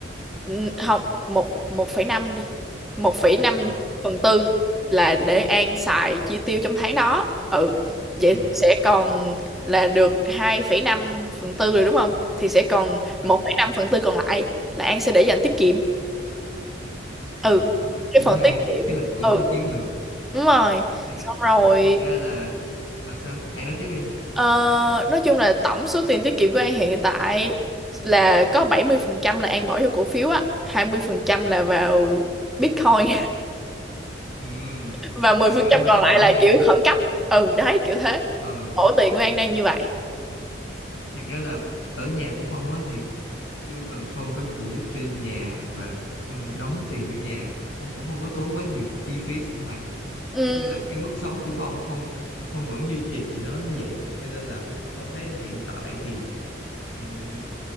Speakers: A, in the centre; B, on the left.
A: ừ, không một một phẩy năm đi một phẩy năm
B: ờ
A: phần tư là để An xài chi tiêu trong tháng đó ừ vậy
B: ừ
A: sẽ còn là được hai phẩy năm phần tư rồi đúng không? Thì sẽ còn
B: ừ
A: một phẩy năm phần tư còn lại là An sẽ để dành tiết kiệm.
B: à,
A: Ừ,
B: cũng
A: cái phần
B: hay
A: tiết kiệm.
B: ý là cũng
A: Ừ,
B: có chiến lược
A: đúng rồi.
B: thiệt
A: Xong rồi,
B: thiệt ra là ờ sao An nói tiếp đi
A: ờ, nói chung là tổng số tiền tiết kiệm của An hiện tại là có 70% là An bỏ vô cổ phiếu á, 20% là vào Bitcoin
B: ừ
A: <laughs> và mười
B: tiền
A: phần
B: mã
A: trăm
B: hóa
A: còn lại
B: cũng
A: là
B: hay
A: kiểu khẩn cấp. Ừ, đấy, kiểu thế.
B: ờ
A: Ổ tiền của An đang như vậy.
B: thiệt ra là ở nhà của Phong á thì chưa cần Phong phải phụ giúp cho nhà và ừ, đóng tiền vô nhà Phong cũng không có tốn quá nhiều chi phí sinh hoạt
A: Ừ.
B: kiểu như là cái mức sống của Phong Phong Phong vẫn duy trì nó như vậy cho nên là Phong thấy hiện tại thì ừm,